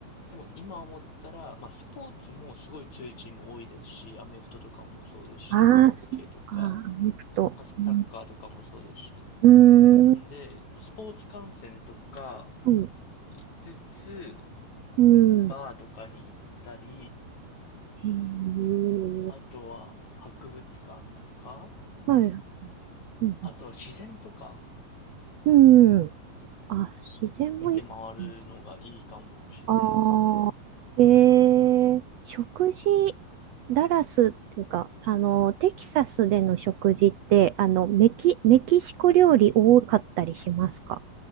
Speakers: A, on the left; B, on the right.
A: でも今思ったら、まあスポーツもすごい強いチーム多いですし、アメフトとかもそうですし、
B: あ、
A: ホッケーとか、
B: ああ、そうか。アメフト。
A: まあ、サッカーとかもそうですし。
B: うん、うー
A: なんで、
B: ん、
A: スポーツ観戦とか
B: うん、
A: しつつ、
B: うん。
A: バーとかに行ったり、
B: ええ
A: あとは博物館とか、
B: はい。うん、
A: あとは自然とか
B: うん。あ、自然も豊か。
A: 見て回るのがいいかもしれないですね。
B: ああ、へえ、食事、ダラスっていうか、あの、テキサスでの食事って、あの、メキ、メキシコ料理多かったりしますか